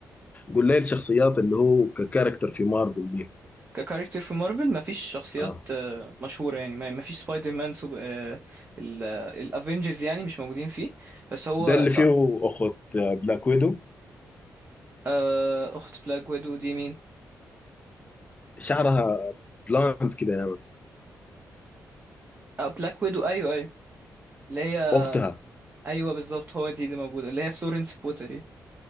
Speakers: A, on the left; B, on the right.
A: قول لي الشخصيات اللي هو ككاركتر في مارفل مين
B: ككاركتر في مارفل مفيش شخصيات
A: آه.
B: آه، مشهورة يعني ما- مفيش سبايدر مان سوب... آه، ال- آه، الافينجرز يعني مش موجودين فيه بس هو
A: ده اللي فيه اخت بلاك ويدو
B: آه، اخت بلاك ويدو دي مين
A: شعرها بلاند كده يا مان.
B: آه بلاك ويدو ايوه أيوة. اللي هي
A: اختها
B: ايوه بالظبط هو دي اللي موجوده اللي هي فلورنس بوتري